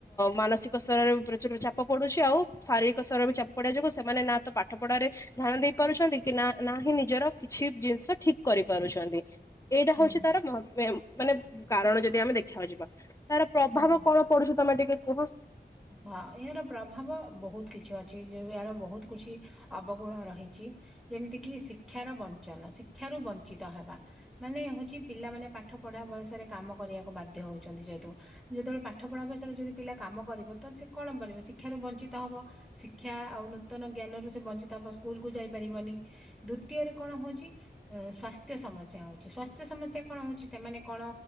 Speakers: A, on the left; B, in the centre.
A: ମାନସିକ ସ୍ତରରେ ଚାପ ପଡୁଛି ଆଉ ଶାରୀରିକ ସ୍ତର ବି ଚାପ ପଡିବା ଯୋଗୁଁ ସେମାନେ ନା ତ ପାଠ ପଢାରେ ଧ୍ୟାନ ଦେଇ ପାରୁଛନ୍ତି କି ନା ନାହିିଁ ନିଜର କିଛି ଜିନିଷ ଠିକ କରିପାରୁଛନ୍ତି। ଏଇଟା
B: ହୁଁ ହୁଁ
A: ହଉଛି ତାର ମାନେ କାରଣ ଯଦି ଆମେ ଦେଖବା ଯିବା। ତାର ପ୍ରଭାବ
B: ହୁଁ ହଁ
A: କଣ ପଡୁଛ ତମେ ଟିକେ କୁହ।
B: ହଁ ଏହାର ପ୍ରଭାବ ବହୁତ କିଛି ଅଛି ଯଉ ଏହାର ବହୁତ କିଛି ଅବଗୁଣ ରହିଛି। ଯେମିତି କି ଶିକ୍ଷାର ବଞ୍ଚନ ଶିକ୍ଷାରୁ ବଞ୍ଚିତ ହେବା ମାନେ ହଉଛି ପିଲାମାନେ। ପାଠ ପଢା ବୟସରେ କାମ କରିବାକୁ ବାଧ୍ୟ ହଉଛନ୍ତି ଯେହେତୁ ଯେତେବେଳେ ପାଠ ପଢା ବୟସରେ ଯଦି ପିଲା କାମ କ- କରିବ ଶିକ୍ଷା ରୁ ବଞ୍ଚିତ ହବ ଶିକ୍ଷା ଆଉ ନୂତନ ଜ୍ଞାନ ରୁ ବଞ୍ଚିତ ହବ ସ୍କୁଲ୍ ଯଇପାରିବନି ଦିତୀୟରେ କଣ ହଉଛି ସସ୍ଥ୍ୟ ସମସ ହଉଛିାଥ୍ୟ ସମ୍ୟା କଣ ସେମାନେ କଣ